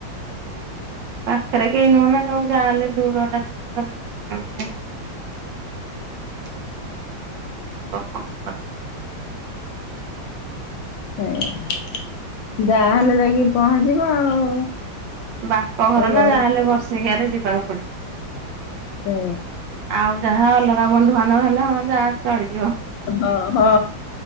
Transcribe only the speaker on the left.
ଆଜ୍ଞା ଯାହାହେଲେ ଯାଇକି ପହଞ୍ଚିବ ଆଉ।
ସେ ବର
ହୁଁ।
ହଁ ହଁ